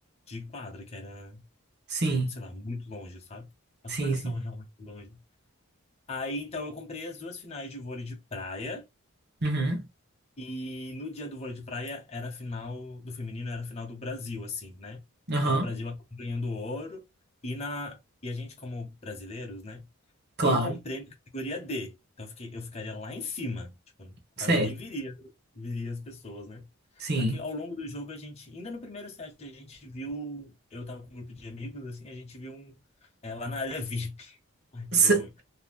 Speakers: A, on the left; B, on the right.
A: de quadra, que era
B: sim,
A: sei lá, muito longe, sabe? As
B: sim,
A: coisas
B: sim.
A: são realmente longe. Aí, então, eu comprei as duas finais de vôlei de praia.
B: Uhum,
A: E no dia do vôlei de praia era a final do feminino, era a final do Brasil, assim, né?
B: aham,
A: Então, o Brasil acabou ganhando ouro. E, na, e a gente, como brasileiros, né?
B: claro,
A: Eu comprei na categoria D. Então eu fiquei, eu ficaria lá em cima. Tipo, quase
B: certo,
A: nem viria, viria as pessoas, né?
B: sim.
A: Só que ao longo do jogo a gente, ainda no primeiro set, a gente viu, eu tava com um grupo de amigos, assim, a gente viu um, é, lá na área <laughs> VIP. Ai, que
B: S-
A: vergonha.